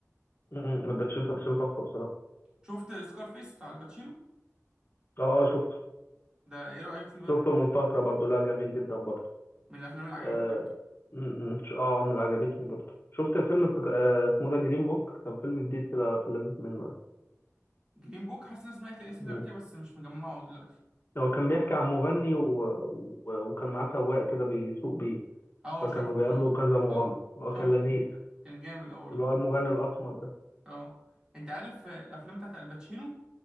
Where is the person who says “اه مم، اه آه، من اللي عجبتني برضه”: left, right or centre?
Left